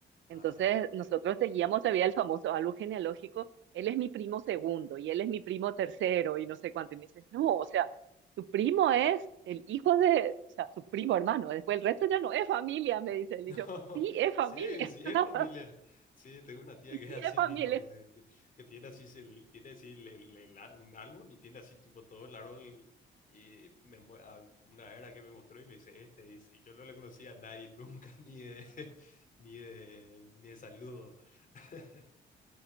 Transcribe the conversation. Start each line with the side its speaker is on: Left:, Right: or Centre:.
Left: ah,
Right: Entonces, nosotros seguíamos todavía el famoso árbol genealógico, él es mi primo segundo y él es mi primo tercero y no sé cuánto. Y me dicen, no, o sea, tu primo es el hijo de, o sea, tu primo hermano, después el resto ya no es familia, me dice él.
Left: <laughs>
Right: Y yo, sí, es familia,
Left: Sí, sí,
Right: <laughs>
Left: es familia. Sí, tengo una tía
Right: sí,
Left: que es así
Right: es familia.
Left: mismo, que, que tiene así, el- tiene así el- el- el á- un álbum y tiene así tipo todo el árbol y me, mue- a- una era que me mostró y me dice, este es, y yo no le conocía a nadie nunca, <laughs> ni de, ni de, ni de saludo. <laughs>